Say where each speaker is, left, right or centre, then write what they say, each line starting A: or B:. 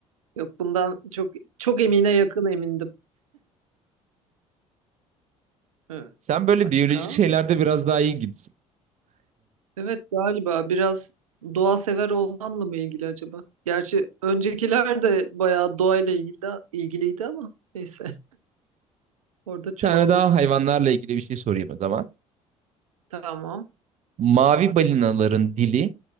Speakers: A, on the right; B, on the right.
A: Yok bundan çok çok emine yakın emindim.
B: <laughs>
A: Evet.
B: Sen böyle
A: Başka?
B: biyolojik şeylerde biraz daha iyi gibisin.
A: Evet galiba biraz doğa sever olmamla mı ilgili acaba? Gerçi öncekiler de bayağı doğayla ilgili ilgiliydi ama neyse <laughs> orada çuvalladık.
B: Bir tane daha hayvanlarla ilgili bir şey sorayım o zaman.
A: Tamam.
B: Mavi balinaların dili